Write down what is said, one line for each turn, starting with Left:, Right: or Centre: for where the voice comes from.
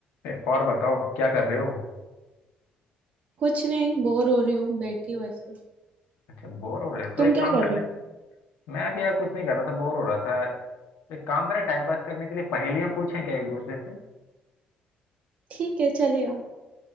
Left: ए, और बताओ क्या कर रहे हो
Right: कुछ नहीं बोर हो रही हूँ बैठी हूँ ऐसे
Left: अच्छा बोर हो रहे हो तो
Right: तुम
Left: एक
Right: क्या
Left: काम
Right: कर
Left: करते
Right: रहे हो
Left: हैं मैं भी यार कुछ नहीं कर रहा था बोर हो रहा था तो एक काम करें टाइम पास करने के लिए पहेलियां पूछें क्या एक दूसरे से
Right: ठीक है चलेगा